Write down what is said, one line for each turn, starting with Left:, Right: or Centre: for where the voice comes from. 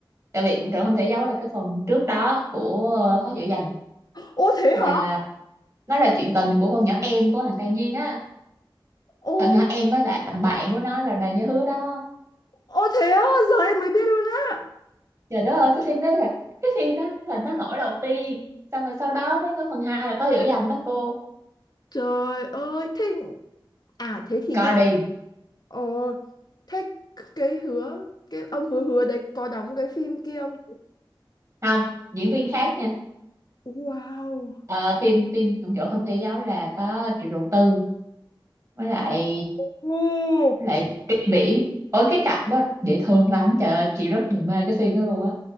Right: Tại vì Vụng Trộm Không Thể Giấu là cái phần trước đó của ờ, Khó Dỗ Dành
Left: ô thế
Right: là
Left: hả
Right: nó là chuyện tình của con nhỏ em của thằng Tan Duyên á.
Left: ô
Right: Thằng nhỏ em với lại thằng bạn của nó là Đoàn Như Hứa đó.
Left: Ô thế á, giờ em mới biết luôn á.
Right: Trời đất ơi, cái phim đó là cái phim đó là nó nổi đầu tiên. Xong rồi sau đó mới có phần 2 là Khó Dỗ Dành đó cô.
Left: Trời ơi, thế à thế thì
Right: Coi
Left: nhân
Right: đi.
Left: ờ thế cái hứa cái ông hứa hứa đấy có đóng cái phim kia không?
Right: Không, diễn viên khác nha
Left: Wow.
Right: Ờ, phim phim trong chỗ không thể giáo là có Triệu Đầu Tư với lại
Left: Ồ.
Right: với lại Tuyết Biển ôi cái cặp đó dễ thương lắm trời ơi chị rất là mê cái phim đó luôn á